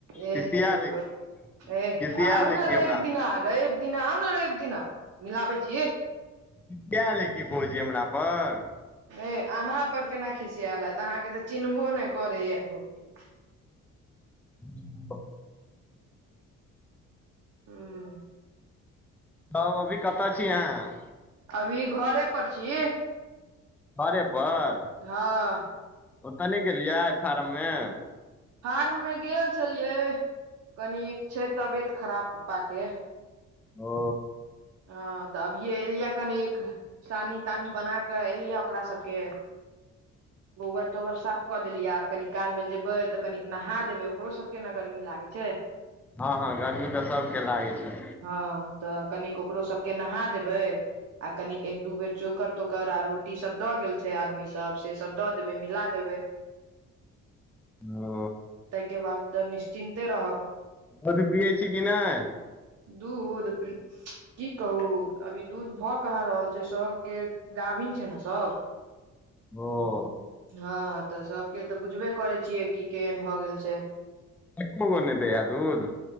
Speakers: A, on the right; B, in the centre.
A: एह
B: खिसियाल
A: यौ भौजी एह
B: खिसियाल
A: आउ नै
B: कि हमरा
A: रैब दिना अहां रैब दिना आउ नै रैव दिना मिलाबै छी।
B: खिसयेल यै की भउजी हमरा पर?
A: ए अहाँ पर केना खिसयैल हैत अहाँके तऽ चिन्हबो नै करय यै भौजी। <inaudible>
B: <inaudible>
A: हुं।
B: तब अभी कता छी अहाँ?
A: अभी घरे पर छी।
B: घरे पर?
A: हँ।
B: ओतऽ नैय गेलियै फारम में?
A: फारम में गेल छलियै कनिक छै तबियत खराब पप्पा के।
B: ओ।
A: हँ तऽ अभिये एलियए कनीक सानी-तानी बना कऽ एलियै ओकरा सबके गोबर-तोबर साफ कऽ देलियए आब कनि काल में जेबै तऽ कनिक नहा देबै ओकरो सबके न गर्मी लागै छैय।
B: हँ हँ गर्मी तऽ सबके लागै छै।
A: हँ तऽ कनिक ओकरो सबके नहा देबै आ कनिक एक दू बेर चोकर-तोकर आ रोटी सब दऽ गेल छै आदमी सब से सब दऽ देबै मिला देबै।
B: ओ
A: तयके बाद तऽ निश्चिन्ते रहब।
B: अभी पियै छी की नैय?
A: दूध उम्म की कहू अभी दूध भऽ कहाँ रहल छैय सबके गाभिन छैय न सब। <inaudible> <inaudible>
B: ओ
A: हँ तऽ सबके तऽ बुझबे करै छियै की केहेन भऽ गेल छै।
B: एक्को गो नैय दैया दूध?